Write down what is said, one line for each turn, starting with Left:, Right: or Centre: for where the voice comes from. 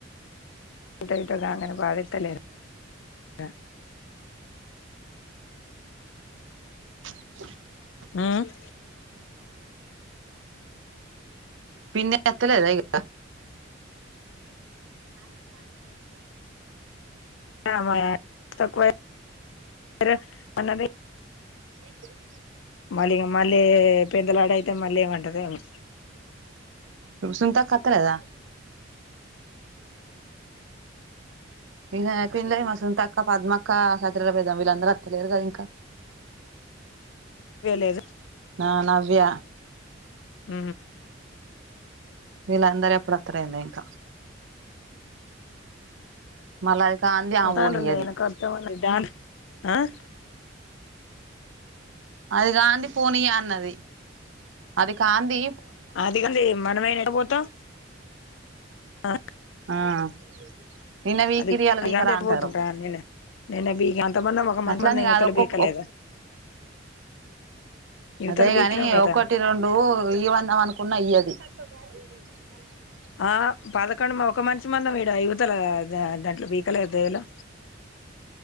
Left: ఇట్ట ఇట్టగాంగనే పడేత్తలేర్ <unintelligible>
Right: ప్చ్
Left: ఉమ్
Right: పిన్ని ఎత్తలేద ఇగ ననే ఆహ్ <unintelligible>
Left: ఆ మా య <unintelligible> తక్కువై ర్ <unintelligible> అన్నది
Right: ఏంది <unintelligible> టిరు
Left: మల్గీ మళ్ళీ పెందల ఆడై మళ్లీ ఏమంటదో ఏమో
Right: సునీతక్క అత్తలేదా ఇంక పెళ్ళైయి మా సునీత అక్క పద్మక్క సత్రల పెద్దామ్మ వీళ్ళందరూ వత్తలేరు కదా ఇంకా
Left: ఏమో లేదు
Right: నా నా వ్యా
Left: ఊ
Right: వీళ్ళందరూ ఎప్పుడొత్తరో ఏందో ఇంకా మళ్ళా అది కాంది ఆమె
Left: పోతాండ్రు
Right: పోనియ్యది
Left: వెనుక వత్తమని దాని ఆహ
Right: అది కంది పోనియా అన్నది అది కాందీ
Left: అదిగంది మనమే ఎడపోతాం ఆహ
Right: ఆహ నిన్న పికిరి
Left: అది
Right: ఇయాల
Left: అది
Right: పికరా
Left: కాంది ఎట్ట
Right: అంటారు
Left: పోతాం రా నేనే నిన్న బీకి అంతమందం ఒక మంచి
Right: అట్లాని
Left: మందం
Right: కాదు
Left: యువతల
Right: ఒక్కొక్క
Left: బీకలేదా
Right: ఒక్
Left: యువతల
Right: <inaudible> అదే
Left: బీకినాం
Right: కాని
Left: కదా
Right: ఒకటి రెండు ఇయ్యమందం అనుకున్న ఇయ్యదు <unintelligible>
Left: ఆ పదకొండు ఒక మనిషి మందం ఈడ ఇవుతల దా దాంట్లో పీకలేదా దొయాలో